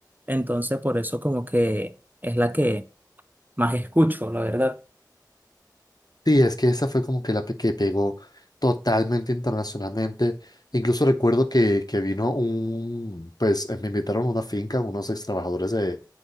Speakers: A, on the right; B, on the left.
A: entonces por eso como que es la que más escucho, la verdad.
B: Sí, es que esa fue como que la pe- que pegó totalmente internacionalmente. Incluso recuerdo que, que vino un, pues eh, me invitaron a una finca, unos ex trabajadores de,